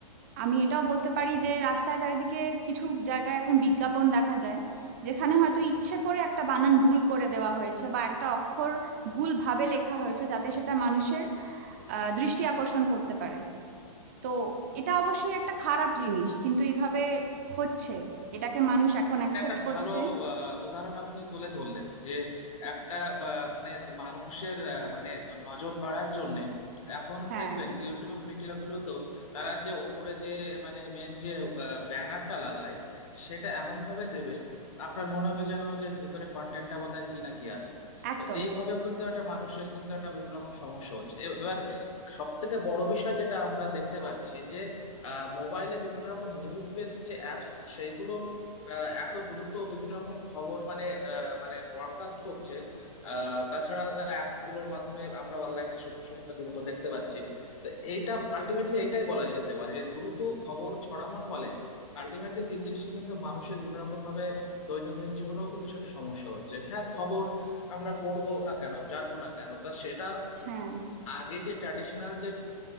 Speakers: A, on the right; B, on the left.
A: আমি এটাও বলতে পারি যে রাস্তায় চারিদিকে কিছু জায়গায় এখন বিজ্ঞাপন দেখা যায় যেখানে হয়তো ইচ্ছে করে একটা বানান ভুল করে দেওয়া হয়েছে বা একটা অক্ষর ভুল ভাবে লেখা হয়েছে যাতে সেটা মানুষের আহ দৃষ্টি আকর্ষণ করতে পারে তো এটা অবশ্যই একটা খারাপ জিনিস কিন্তু এইভাবে হচ্ছে এটাকে মানুষ এখন অ্যাকসেপ্ট
B: এটা একটা
A: করছে
B: ভালো আহ, উদাহরণ আপনি তুলে ধরলেন যে একটা আহ, মানে মানুষের আহ, মানে নজর কাড়ার জন্য এখন
A: হ্যাঁ
B: দেখবেন ইউটিউব মিডিয়া গুলোতেও তারা যে ওপরে যে মানে মেন যে ব্যানারটা লাগায় সেটা এমন ভাবে দেবে আপনার মনে হবে যেন যে ভিতরে কন্টেন্টটা বোধহয় কি না কি আছে
A: একদম
B: তো এইভাবেও কিন্তু একটা মানুষের কিন্তু একটা বিভিন্ন রকম সমস্যা হচ্ছে এব- এবার সব থেকে বড় বিষয় যেটা আমরা দেখতে পাচ্ছি যে মোবাইলে বিভিন্ন রকম নিউজ বেস যে অ্যাপস সেইগুলো আহ এত দ্রুত বিভিন্ন রকম খবর মানে আহ, মানে ব্রডকাস্ট করছে আহ, তাছাড়া অ্যাপস গুলোর মাধ্যমে আমরা অনলাইনে সঙ্গে সঙ্গে দ্রুত দেখতে পাচ্ছি তো এইটা আলটিমেটলি এইটাই বলা যেতে পারে যে দ্রুত খবর ছড়ানোর ফলে আলটিমেটলি দিন শেষে কিন্তু মানুষের বিভিন্ন রকম ভাবে দৈনন্দিন জীবনেও কিন্তু সেটা সমস্যা হচ্ছে হ্যাঁ খবর আমরা পড়বো না কেন জানবো না কেন তা সেটা
A: হ্যাঁ
B: আগে যে ট্র্যাডিশনাল যে